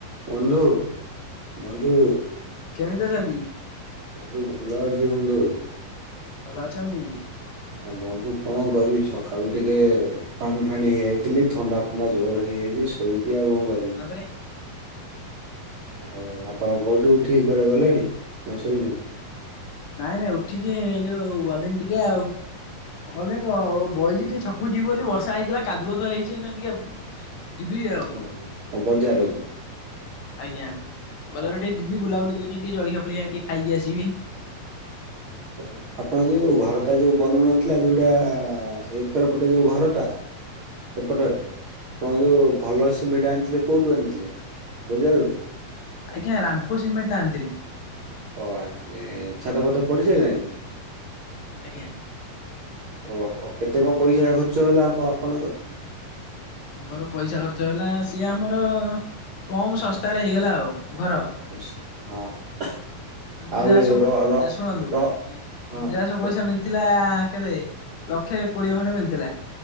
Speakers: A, on the right (about 60°); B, on the left (about 75°).
A: ବନ୍ଧୁ ବନ୍ଧୁ।
B: କେମିତି ଅଛନ୍ତି?
A: ବନ୍ଧୁ ଭଲ ଅଛି ବନ୍ଧୁ।
B: ଭଲ ଅଛନ୍ତି।
A: ହଁ ବନ୍ଧୁ କଣ କରିବି ସକାଳୁ ଟିକେ ପାଣି ଫାଣି ହେଇଯାଇଥିଲି ଥଣ୍ଡା ଥଣ୍ଡା ଜୋର ହେଇଯାଇଛି ଶୋଇଛି ଆଉ କଣ କରିବି।
B: ତ ପରେ
A: ଆଉ ଆପଣ ଘଉଠି ଉଠିକି କୁଆଡ଼େ ଗଲେଣିନା ଶୋଇଚନ୍ତି?
B: ନାଇଁ ନାଇଁ ଉଠିକି ଏଇଯୋଉ ଗଲିଣି ଟିକେ ଆଉ। ଗଲିନି ଗ ବଇଚି ଟିକେ ଛକକୁ ଯିବବୋଲି ବର୍ଷା ହେଇଥିଲା କାଦୁଅତ ହେଇଚି ଏଇନା ଟିକେ ଯିବି ଆଉ
A: ହଁ କଁ ବଜାରକୁ।
B: ଆଜ୍ଞା
A: ଓହୋ।
B: ବଜାରଟିକେ ଯିବି ବୁଲାବୁଲି କରି ଟିକେ ଜଳଖିଆ ଫଳଖିଆ ଟିକେ ଖାଇକି ଆସିବି।
A: ହଉ ଆପଣ ଯୋଉ ଘରଟା ଯୋଉ ବନଉନଥିଲା ଯୋଉଟା ଏକର ପଟେ ଯୋଉ ଘରଟା?
B: <inaudible>
A: ସେପଟରେ ଆପଣ ଯୋଉ ଭଲ ସିମେଣ୍ଟ ଆଣିଥିଲେ କୋଉଠୁ ଆଣିଥିଲେ ବଜାରରୁ?
B: ଆଜ୍ଞା ରାମକୋ ସିମେଣ୍ଟ ଆଣିଥିଲି।
A: ହଉ ଆଣିଥିଲେ ଛାତ ଫାତ ପଢ଼ି ସାରିଲାଣି?
B: ଆଜ୍ଞା।
A: ଓହୋ କେତେ କଣ ପଇସା ଖର୍ଚ୍ଚ ହେଲା ଆମ ଆପଣଙ୍କର?
B: ମୋର ପଇସା ଖର୍ଚ୍ଚ ହେଲା ସିଏ ଆମର କମ୍ ଶସ୍ତାରେ ହେଇଗଲା ଆଉ ଘର।
A: ଆଚ୍ଛା ହଁ।
B: ଇନ୍ଦିରାବାସ
A: ଆଉ ଏ ର ର
B: ଶୁଣନ୍ତୁ
A: ର
B: ଇ
A: ହଁ
B: ଇନ୍ଦିରା ବାସ
A: କୁହ
B: ପଇସା ମିଳି ଥିଲା କେତେ ଲକ୍ଷେ କୋଡ଼ିଏ ଖଣ୍ଡେ ମିଳିଥିଲା।